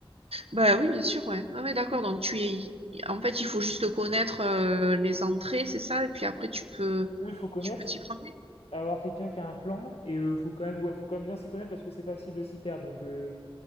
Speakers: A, on the right; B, on the left.
A: Bah oui, bien sûr, ouais. Ouais, ouais, d'accord. Donc tu es, en fait, il faut juste connaître euh, les entrées, c'est ça, et puis après tu peux,
B: Oui il faut connaître,
A: tu peux t'y promener.
B: avoir quelqu'un qui a un plan et heu, faut quand même ouais, faut quand même bien s'y connaître parce que c'est facile de s'y perdre donc heu,